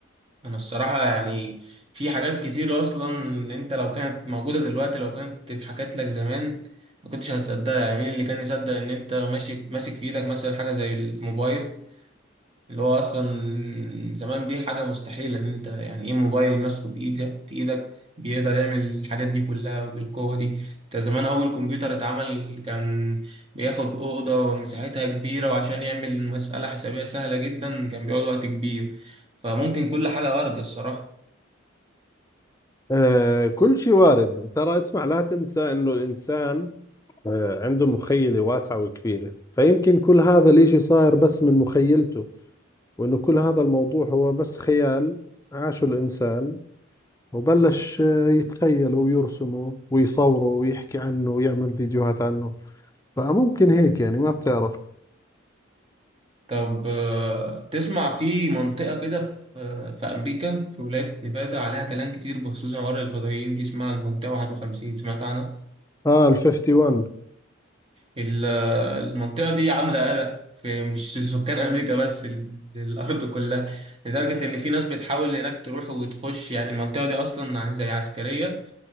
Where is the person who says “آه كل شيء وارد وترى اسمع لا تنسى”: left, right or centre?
Left